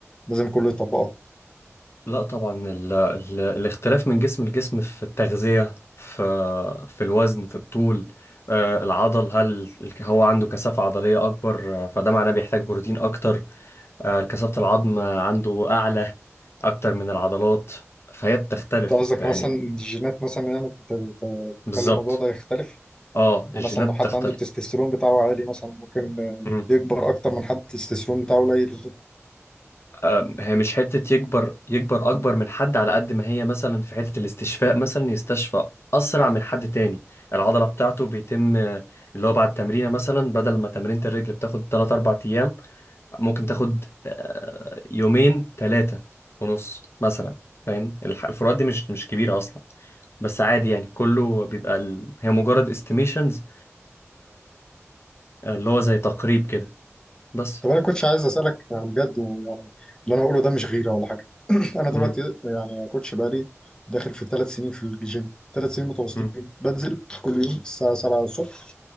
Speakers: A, on the left; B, on the left.
A: ولازم كله يطبقها؟
B: لا طبعا ال... ال... الاختلاف من جسم لجسم في التغذية في في الوزن في الطول آه العضل هل هو عنده كثافة عضلية أكبر آه، فده معناه بيحتاج بروتين أكتر آه كثافة العظم عنده أعلى أكتر من العضلات فهي بتختلف
A: انت قصدك
B: يعني
A: مثلا إن الجينات مثلا يعني بت- بت- بتخلي
B: بالظبط
A: الموضوع ده يختلف؟
B: اه
A: يعني
B: الجينات
A: مثلا لو
B: بتختلف
A: حد عنده التستوستيرون بتاعه عالي مثلا ممكن آه،
B: مم.
A: يكبر أكتر من حد التستوستيرون بتاعه قليل
B: آم، هي مش حتة يكبر يكبر أكبر من حد على قد ما هي مثلا في حتة الاستشفاء مثلا يستشفى أسرع من حد تاني العضلة بتاعته بيتم آه، اللي هو بعد تمرينة مثلا بدل ما تمرينة الرجل بتاخد 3 4 أيام ممكن تاخد آه، يومين 3 ونص مثلا فاهم الح- الفروقات دي مش مش كبيرة أصلا بس عادي يعني كله بيبقى ال... هي مجرد استيميشنز اللي هو زي تقريب كده بس
A: طب انا كنتش عايز اسالك يعني بجد ويعني اللي انا هقوله ده مش غيره ولا حاجه <clears throat> انا دلوقتي
B: مم.
A: يعني يا كوتش بقالي داخل في الثلاث سنين في الجيم ثلاث سنين متواصلين
B: مم.
A: بنزل كل يوم الساعه 7 الصبح